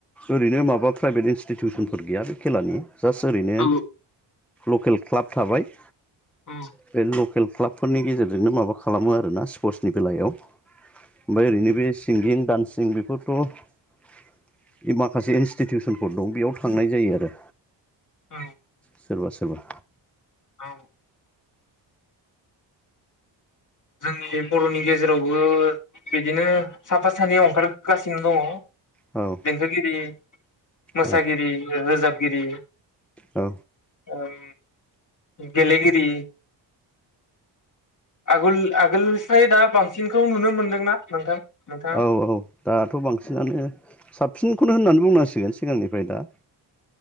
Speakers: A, in the centre; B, on the left.
A: ओरैनो माबा प्राइभेट इनस्टिटिउसनफोर गैया बे खेलानि। जास्ट ओरैनो
B: औ
A: लकेल क्लाब थाबाय।
B: उम।
A: बे लकेल क्लाबफोरनि गेजेरजोंनो माबा खालामो आरो ना स्पर्टसनि बेलायाव ओमफाय ओरैनो बे सिंगिं दडान्सिं बेफ फथ' इमाखासे इनस्टिटिउसनफोर दं बेयाव थांनाय जायो आरो।
B: औ
A: सोरबा सोरबा
B: औ। जोंनि जे बर'नि गेजेरावबो बिदिनो साफा सानै अंखारगासिनो दङ।
A: औ।
B: खन्थाइगिरि, मोसागिरि,
A: औ
B: रोजाबगिरि
A: औ
B: उम गेलेगिरि आगल आगोलनिस्राय दा बांसिनखौ नुनो मोनदोंना नोंथां? नोंथाङा
A: औ औ दाथ' बांसिनानो साबसिनखौनो होननानै बुंनांसिगोन सिगांनिफ्राय दा